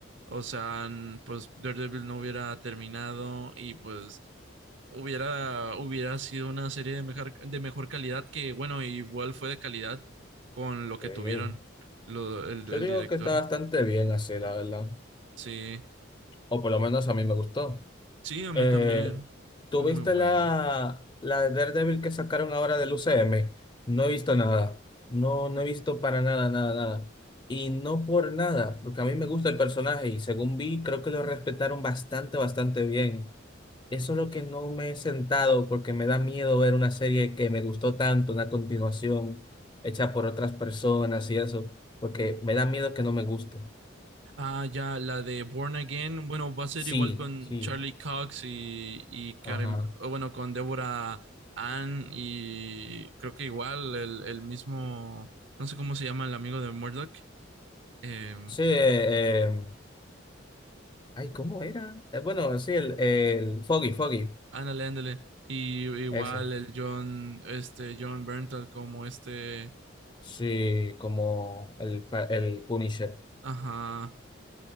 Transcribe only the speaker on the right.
O sea, n- pues Daredevil no hubiera terminado y pues hubiera, hubiera sido una serie de mejor, de mejor calidad que, bueno, igual fue de calidad con lo que
tuvieron lo- el,
el
director.
Sí,
sí, a mí
también. Fue
muy
buena.
Ah, ya, la de Born Again, bueno, va a ser
igual con
Charlie Cox y, y Karen,
o bueno, con Deborah Ann y creo que igual el, el mismo, no sé cómo se llama el amigo de Murdoch, eh,
ándale, ándale, y igual
el John, este, John Bernthal como este,
ajá,